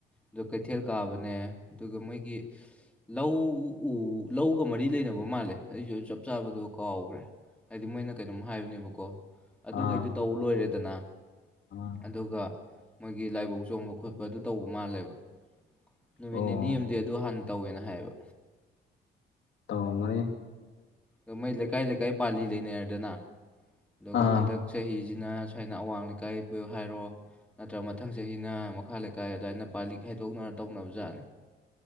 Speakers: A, in the centre; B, on the left.
A: ꯑꯗꯨ ꯀꯩꯊꯦꯜ ꯀꯥꯕꯅꯦ ꯑꯗꯨꯒ ꯃꯣꯏꯒꯤ ꯂꯧ ꯎ ꯂꯧꯒ ꯃꯔꯤ ꯂꯩꯅꯕ ꯕ ꯃꯥꯜꯂꯦ ꯑꯩꯁꯨ ꯆꯞ ꯆꯥꯕꯗꯣ ꯀꯥꯎꯒ꯭ꯔꯦ ꯍꯥꯏꯗꯤ ꯃꯣꯏꯅ ꯀꯩꯩꯅꯣꯝ ꯍꯥꯏꯕꯅꯦꯕꯀꯣ ꯑꯗꯨꯒꯩꯗꯨ
B: ꯑꯥ
A: ꯇꯧ ꯂꯣꯏꯔꯦ ꯗꯅ
B: ꯑꯥ
A: ꯑꯗꯨꯒ ꯃꯣꯏꯒꯤ ꯂꯥꯏꯕꯧ ꯆꯣꯡꯕ ꯈꯣ ꯈꯣꯠꯄ ꯑꯗꯨ ꯇꯧꯕ ꯃꯥꯜꯂꯦꯕ ꯅꯨꯃꯤꯠ
B: ꯑꯣ
A: ꯅꯤꯅꯤ ꯑꯝꯗꯤ ꯑꯗꯨ ꯍꯥꯟꯕ ꯇꯧꯋꯦꯅ ꯍꯥꯏꯌꯦꯕ
B: ꯇꯧꯔꯝꯒꯅꯤ
A: ꯑ ꯃꯣꯏ ꯂꯩꯀꯥꯏ ꯂꯩꯀꯥꯏ ꯄꯥꯜꯂꯤ ꯂꯩꯅꯔꯦꯗꯅ ꯑꯗꯨꯒ
B: ꯑꯥ
A: ꯍꯟꯗꯛ ꯆꯍꯤ ꯖꯤ ꯖꯤꯅ ꯁꯨꯋꯥꯏꯅ ꯑꯋꯥꯡ ꯂꯩꯀꯥꯏ ꯄꯨꯌꯣ ꯍꯥꯏꯔꯣ ꯅꯠꯇ꯭ꯔꯒ ꯃꯊꯪ ꯆꯍꯤꯅ ꯃꯈꯥ ꯂꯩꯀꯥꯏ ꯑꯗꯨꯃꯥꯏꯅ ꯄꯥꯜꯂꯤ ꯈꯥꯏꯗꯣꯛꯅꯔ ꯇꯧꯅꯕ ꯖꯥꯠꯅꯤ